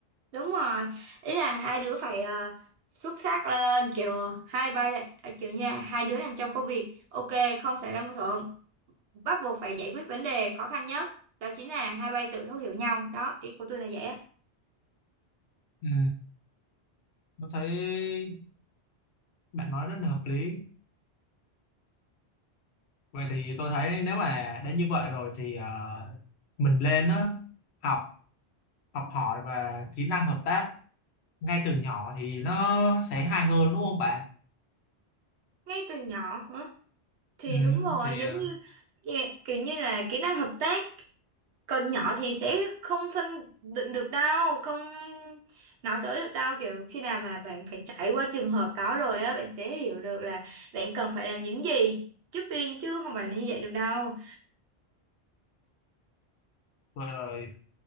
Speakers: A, on the right; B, on the left.
A: đúng rồi ý là hai đứa phải ờ, xuất sắc lên kiểu hai bay là à, kiểu nha hai đứa làm trong công việc ok không xảy ra mâu thuẫn bắt buộc phải giải quyết vấn đề khó khăn nhất đó chính là hai bay tự thấu hiểu nhau đó ý của tôi là vậy á
B: ừ. tôi thấy bạn nói rất là hợp lý vậy thì tôi thấy nếu mà đã như vậy rồi thì ờ, mình lên á học học hỏi và kỹ năng hợp tác ngay từ nhỏ thì nó sẽ hay hơn đúng không bạn
A: ngay từ nhỏ hả thì
B: ừ.
A: đúng rồi
B: thì
A: giống
B: ờ,
A: như dạ, kiểu như là kỹ năng hợp tác còn nhỏ thì sẽ không phân định được đâu không nói tới được đâu kiểu khi nào mà bạn phải trải qua trường hợp đó rồi á bạn sẽ hiểu được là bạn cần phải làm những gì trước tiên chứ không phải là như vậy được đâu
B: rồi, rồi